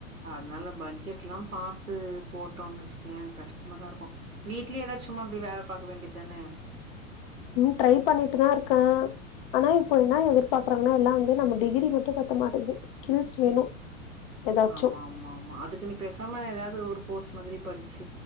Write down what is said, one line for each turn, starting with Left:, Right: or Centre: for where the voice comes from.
Right: அதனால பட்ஜெட்ல்லாம் பாத்து போட்டோம்ன்னு வச்சுக்கயே கஷ்டமாாதான் இருக்கும் வீட்லயே ஏதாச்சும் சும்மா அப்பிடி வேல பாக்க வேண்டியதுதானே
Left: உம் ட்ரை பண்ணிட்டு தான் இருக்கேன் ஆனா இப்போ என்ன எதிர்பாக்கறாங்கன்னா எல்லா வந்து நம்ம டிகிரி மட்டும் பத்த மாட்டேங்குது ஸ்கில்ஸ் வேணும் ஏதாச்சும்.
Right: ஆமா ஆமா ஆமா அதுக்கு நீ பேசாம ஏதாவது ஒரு கோர்ஸ் மாதிரி படிச்சு